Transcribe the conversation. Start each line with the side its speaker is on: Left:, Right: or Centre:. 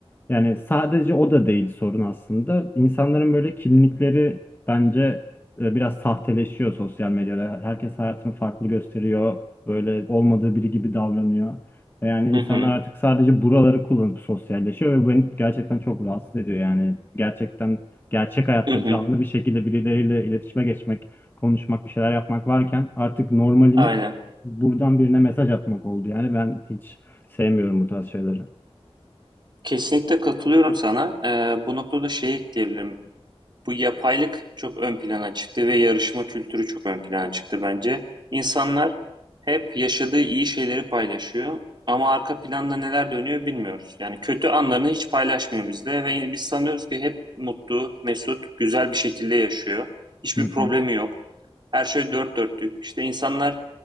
Left: yani sadece o da değil sorun aslında. İnsanların böyle kimlikleri bence e, biraz sahteleşiyor sosyal medyada. Herkes hayatını farklı gösteriyor. Böyle olmadığı biri gibi davranıyor. Ve Yani
Right: Hı
Left: insanlar
Right: hı,
Left: artık sadece buraları kullanıp sosyalleşiyor ve bu beni gerçekten çok rahatsız ediyor. Yani gerçekten gerçek hayatta
Right: hı hı,
Left: canlı bir şekilde birileriyle iletişime geçmek, konuşmak, bir şeyler yapmak varken artık normalimiz
Right: aynen.
Left: buradan birine mesaj atmak oldu. Yani ben hiç sevmiyorum bu tarz şeyleri.
Right: Kesinlikle katılıyorum sana. E, bu noktada şeyi ekleyebilirim. Bu yapaylık çok ön plana çıktı ve yarışma kültürü çok ön plana çıktı bence. İnsanlar hep yaşadığı iyi şeyleri paylaşıyor ama arka planda neler dönüyor bilmiyoruz. Yani kötü anlarını hiç paylaşmıyor bizde ve biz sanıyoruz ki hep mutlu, mesut, güzel bir şekilde yaşıyor. Hiçbir
Left: Hı
Right: problemi
Left: hı.
Right: yok. Her şey dört dörtlük. İşte insanlar